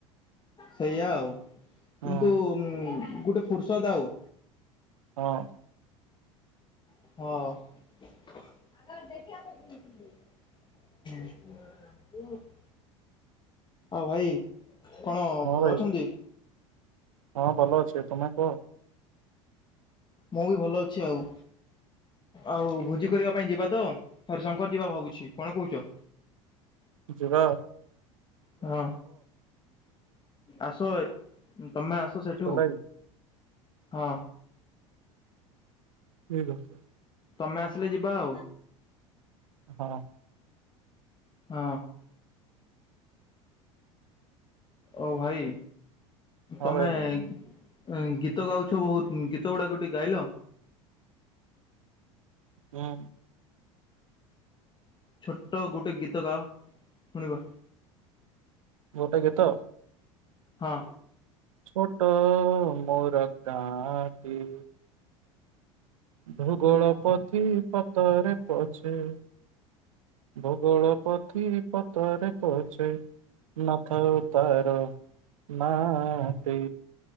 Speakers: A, on the left; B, on the right.
A: ସେଇଆା ଆଉ
B: ହଁ
A: କିନ୍ତୁ ଗୋଟେ ଫୁର୍ସଦ୍ ଆଉ‌।
B: ହଁ।
A: ହଁ। ଆଗ ଦେଖିଆସୁଚି ହୁଁ ଆଉ ଭାଇ କଣ
B: ହଁ
A: ଭଲ
B: ଭାଇ
A: ଅଛନ୍ତି।
B: ହଁ ଭଲ ଅଛି ତୁମେ କୁହ।
A: ମୁଁ ବି ଭଲ ଅଛି ଆଉ। ଆଉ ଭୋଜି କରିବା ପାଇଁ ଯିବା ତ ହରିଶଙ୍କର ଯିବା ଭାବୁଛି କଣ କହୁଛ।
B: ଜିବା।
A: ହଁ ଆସ ଏ ତମେ ଆସ। ତ ସେଠୁ
B: ଜୁଲାଇ
A: ହଁ।
B: ଠିକ୍ ଅଛି।
A: ତମେ ଆସିଲେ ଯିବା ଆଉ।
B: ହଁ।
A: ହଁ ଓ ଭାଇ।
B: ହଁ
A: ତମେ
B: ଭାଇ
A: ଏଁ ଗୀତ ଗାଉଛ ବହୁତ ଗୀତ ଗୁଡାକ ଗୋଟେ ଗାଇଲ।
B: ମୁଁ।
A: ଛୋଟ ଗୋଟେ ଗୀତ ଗାଅ ଶୁଣିବା।
B: ଗୋଟେ ଗିତ।
A: ହଁ।
B: ଛୋଟ ମୋର ଗାଁ ଟି। ଭୂଗୋଳ ପୋଥି ପତରେ ପଛେ। ଭୂଗୋଳ ପୋଥି ପତ ରେ ପଛେ ନ ଥାଉ ତା ର ନାଁ ଟି